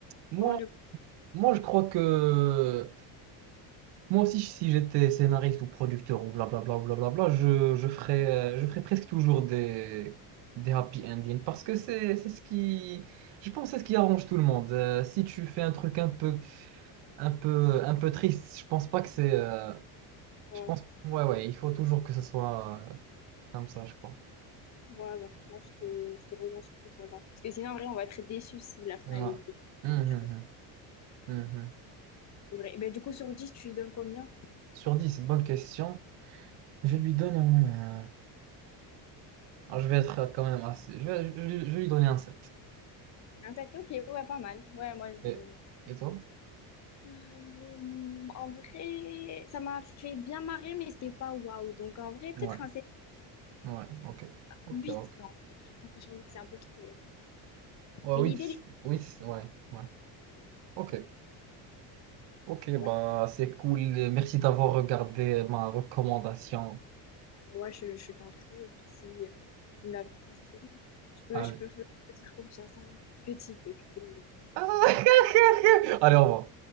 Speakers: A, on the right; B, on the left.
A: moi,
B: Genre,
A: moi, je crois que Moi aussi, si j'étais scénariste ou producteur ou blablabla, ou blablabla, je, je ferais, euh, je ferais presque toujours des, des happy endings parce que c'est, c'est ce qui, je pense, que c'est ce qui arrange tout le monde. Euh, si tu fais un truc un peu, un peu, un peu triste, je pense pas que c'est, euh,
B: on
A: je pense,
B: le...
A: ouais, ouais, il faut toujours que ce soit euh, comme ça, je crois.
B: Ouais, bah, franchement, je te, je te rejoins sur ce point-là. Parce que sinon, en vrai, on va être déçus si la fin,
A: Ouais.
B: elle est pire.
A: Mhm,
B: Tu vois.
A: mhm, mhm.
B: C'est vrai. Ben, du coup, sur dix tu lui donnes combien?
A: Sur 10 bonne question. Je lui donne un, euh, ah, je vais être quand même assez, je vais, je, je- je vais lui donner un sept
B: Un 7 ok, ouais, pas mal. Ouais, moi, je...
A: Et, et toi?
B: Euh, en vrai, ça m'a fait bien marrer, mais c'était pas waouh. Donc, en vrai, peut-être
A: ouais
B: un 7
A: Ouais, ok. Ok,
B: 8
A: ok.
B: Non, j'ai l'impression 8 c'est un peu trop.
A: Ouais,
B: Mais
A: oui,
B: l'idée,
A: c-
B: elle est-
A: oui, c- ouais, ouais. Ok. Ok,
B: ouais,
A: bah c'est cool. Merci d'avoir regardé ma recommandation.
B: ouais, je, je t'en prie, merci euh, de me l'avoir conseillé. Je peux,
A: Allez.
B: je peux, f- te faire confiance un petit peu, du coup.
A: <laughs> Allez, au revoir.